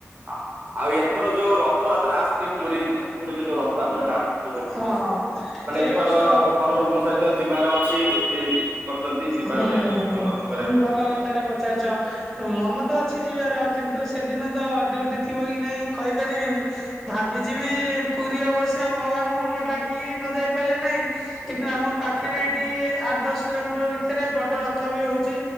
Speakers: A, on the right; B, in the centre.
A: ଆ ଆଉ ଏଥର ଯୋଉ ରଥଯାତ୍ରା ଆସୁଚି ପୁରୀ ପୁରୀରେ ଯୋଉ ରଥଯାତ୍ରାକୁ ଆସିବ ଯିଏ
B: ହଁ
A: ଆସିବ ମାନେ
B: ଏଇ
A: ଏଥର
B: ବର୍ଷ
A: ଘର ଲୋକଙ୍କ ସହିତ ଯିବାର ଅଛି <unintelligible> ଯିବାର
B: ହୁଁ
A: ପାଇଁ ଠାକୁରଙ୍କ ଦର୍ଶନ କରିବା
B: ହୁଁ
A: ପାଇଁ
B: ଭଲ କଥା ଟେ ପଚାରିଚ। ମନ ତ ଅଛି ଯିବାର କିନ୍ତୁ ସେଦିନ ତ ଡ୍ୟୁଟି ଥିବ କି ନାହିଁ କହିପାରିବିନି ଭାବିଚି ବି ପୁରୀ ଅବଶ୍ୟ ଭଗବାନଙ୍କୁ ନ ଡାକିକି ନ ଯାଇ ପାରିଲେ ନାହିଁ କିନ୍ତୁ ଆମ ପାଖରେ ଏଟି ଆଠ ଦଶ କିଲୋମିଟର ମିଟର ଭିତରେ ବଡ ରଥ ବି ହୋଉଚି